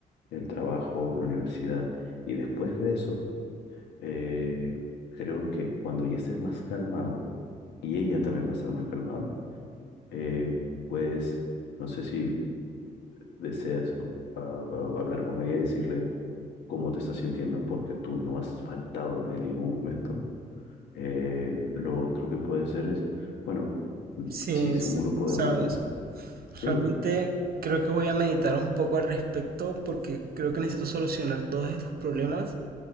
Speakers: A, on the left; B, on the right.
A: el trabajo, la universidad. Y después de eso, eh, creo que cuando ya estés más calmado, y ella también va a estar más calmada, eh, pues no sé si deseas o- a- a- hablar con ella y decirle cómo te estás sintiendo, porque tú no has faltado en ningún momento. Eh, lo otro que puede ser es, bueno,
B: Sí,
A: si es
B: sa-
A: un grupo
B: sabes,
A: de amigas, sí,
B: realmente creo que voy a meditar un poco al respecto porque creo que necesito solucionar todos estos problemas.